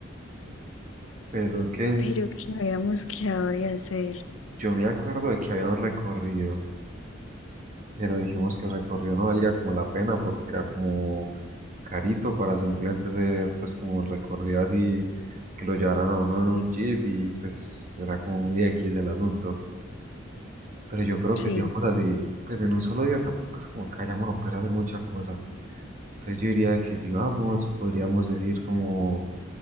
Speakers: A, on the right; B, on the left.
A: Pero qué.
B: Pero que habíamos quedado de hacer.
A: Yo me acuerdo de que había un recorrido, pero dijimos que el recorrido no valía como la pena porque era como carito para simplemente ser pues como el recorrido así que lo llevaran a uno en un jeep y pues era como muy X el asunto. Pero yo creo
B: Sí,
A: que si vamos así, pues en un solo día tampoco es como que vayamos a poder hacer mucha cosa. Entonces yo diría que si vamos, podríamos decir como